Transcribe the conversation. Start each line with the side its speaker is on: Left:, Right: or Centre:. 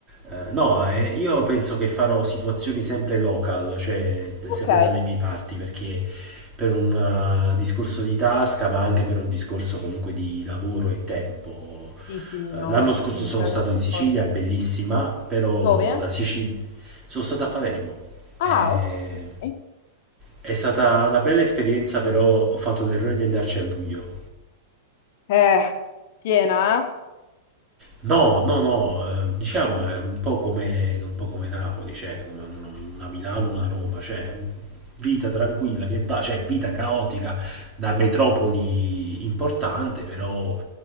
Right: Eh, no, eh, io penso che farò situazioni sempre local, cioè
Left: Ok,
Right: sempre dalle mie parti, perché per un eh, discorso di tasca, ma anche per un discorso comunque di lavoro e tempo.
Left: sì, sì,
Right: Eh,
Left: no,
Right: L'anno
Left: guarda,
Right: scorso
Left: sono completamente
Right: sono stato in
Left: d'accordo.
Right: Sicilia, bellissima, però
Left: Dove?
Right: la Sicilia... Sono stato a Palermo.
Left: Ah,
Right: Eh,
Left: ok. ok.
Right: È stata una bella esperienza, però ho fatto l'errore di andarci a luglio.
Left: Eh, piena, eh?
Right: No, no, no, eh, diciamo è un po' come, un po' come Napoli, cioè come un- una Milano, una Roma, cioè vita tranquilla che va, cioè vita caotica da metropoli importante, però